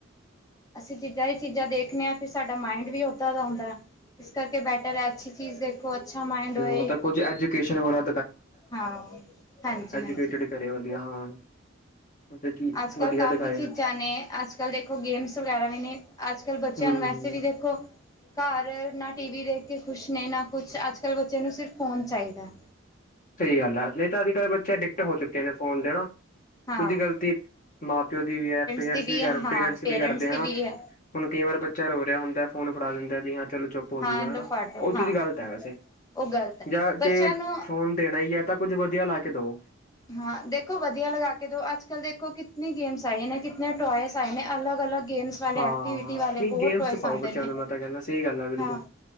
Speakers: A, on the left; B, on the left.
A: ਅਸੀਂ ਜਿੰਦਾ ਹੀ ਚੀਜ਼ਾਂ ਦੇਖਣੇ ਹਾਂ ਫੇਰ ਸਾਡਾ ਮਾਇੰਡ ਵੀ ਓਦਾਂ ਦਾ ਹੁੰਦਾ। ਇਸ ਕਰਕੇ ਬੈਟਰ ਐ ਅੱਛੀ ਚੀਜ਼ ਦੇਖੋ, ਅੱਛਾ ਮਾਈੰਡ ਹੋਏ,
B: ਮਤਲਬ ਕੁੱਝ ਐਜੂਕੇਸ਼ਨ ਵਾਲਾ
A: ਹਾਂ। ਹਾਂਜੀ।
B: ਏਜੁਕੇਟਿਡ
A: ਹਾਂਜੀ
B: ਕਰੇ ਵਧਆ ਹਾਂ। ਮਤਲਬ ਕਿ
A: ਅੱਜ
B: ਵਧੀਆ
A: ਕੱਲ੍ਹ ਕਾਫ਼ੀ
B: ਦਿਖਾਏ
A: ਚੀਜ਼ਾਂ ਨੇ, ਅੱਜ ਕੱਲ੍ਹ ਦੇਖੋ ਗੇਮਸ ਵਗੈਰਾ ਵੀ ਨੇ, ਅੱਜ ਕੱਲ੍ਹ ਬੱਚਿਆਂ
B: ਹੂੰ
A: ਨੂੰ ਵੈਸੇ ਵੀ ਦੇਖੋ। ਕਾਰ ਨਾ ਟੀ-ਵੀ ਦੇਖ ਕੇ ਕੁਛ ਨੇ ਨਾ ਕੁਛ ਅੱਜ ਕੱਲ੍ਹ ਬੱਚਿਆਂ ਨੂੰ ਸਿਰਫ ਫੋਨ ਚਾਹੀਦਾ।
B: ਸਹੀ ਗੱਲ ਆ, ਨਹੀਂ ਤਾਂ ਅੱਜ ਕੱਲ੍ਹ ਬੱਚੇ ਅਡਿਕਟ ਹੋ ਚੁੱਕੇ ਨੇ ਫੋਨ ਦੇ ਹੇਨਾ।
A: ਹਾਂ
B: ਕੁੱਝ ਗ਼ਲਤੀ ਮਾਂ ਪਿਓ ਦੀ ਵੀ ਐ, ਪੇਰੈਂਟਸ
A: ਦੀ
B: ਵੀ ਕਰ
A: ਹਾਂ
B: ਪੇਰੈਂਟਸ ਵੀ ਕਰਦੇ
A: ਦੀ
B: ਹਾਂ।
A: ਵੀ ਹੈ
B: ਹੁਣ ਕਈ ਵਾਰ ਬੱਚਾ ਰੋ ਰਿਹਾ ਹੁੰਦਾ ਫੋਨ ਫੜਾ ਦਿੰਦੇ ਐ, ਵੀ ਹਾਂ ਚਲੋ ਚੁਪ ਹੋਜੂਗਾ
A: ਹਾਂ ਲੋ
B: ਹਨ,
A: ਫੜ ਲੋ
B: ਉਹ ਚੀਜ਼
A: ਹਾਂ
B: ਗ਼ਲਤ ਐ ਵੇਸੇ
A: ਉਹ ਗ਼ਲਤ ਹੈ
B: ਜਾਂ ਜੇ
A: ਬੱਚਿਆਂ ਨੂੰ
B: ਫੋਨ ਦੇਣਾ ਹੀ ਐ ਤਾਂ ਕੁੱਝ ਵਧੀਆ ਲਾ ਕੇ ਦੋ।
A: ਹਾਂ, ਦੇਖੋ ਵਧੀਆ ਲਗਾ ਕੇ ਦੋ, ਅੱਜ ਕੱਲ ਦੇ ਕੋ ਕਿਤਨੀ ਗੇਮਸ ਆਏ ਨੇ, ਕਿਤੇ ਟੋਇਜ ਆਏ ਨੇ ਅਲਗ-ਅਲਗ ਗੇਮਸ ਵਾਲੇ
B: ਹਾਂ
A: ਐਕਟੀਵਟੀ ਵਾਲੇ
B: ਨਹੀਂ
A: ਬਹੁਤ
B: ਗੇਮਸ
A: ਟੋਇਸ
B: ਚ ਪਾਓ
A: ਆਂਦੇ
B: ਬੱਚਿਆਂ
A: ਨੇ।
B: ਨੂੰ ਮੈਂ ਤਾਂ ਕਹਿਣਾ, ਸਹੀ ਗੱਲ ਐ ਬਿਲਕੁਲ।
A: ਹਾਂ